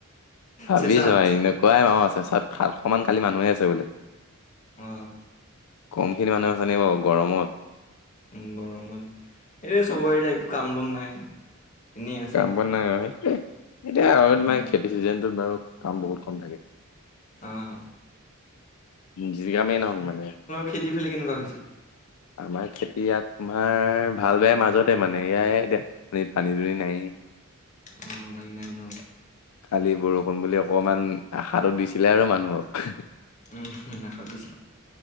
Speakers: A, on the left; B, on the left.
A: ভাবিছো
B: চেচাত
A: আৰু এনেকুৱাই মা আছে চ খাল সমান কালি মানুহে আছে বোলে
B: অ
A: কমখিনি মানুহ আছে নি বাৰু গৰমত
B: উ গৰমত এইৰে চবৰে এতিয়া একো কাম বন নাই এনেই আছে
A: কাম বন নাই আৰু সেইতোয়ে আৰু
B: উম
A: খেতি চিজনটোত বাৰু কাম বহুত কম থাকে
B: অহ
A: জিৰগামেই নও মানে
B: খেতি ফালে কেনেকুৱা হৈছে
A: আমাৰ খেতিয়াত তোমাৰ ভাল বে মাজত তে মানে এয়াই এতিয়া পানী দুৰি নাই
B: অ ভাল নাই ন
A: কালি বৰষুণ বুলি অকমান আশা দিছিলে আৰু মানুহক
B: উম নাখ দিছে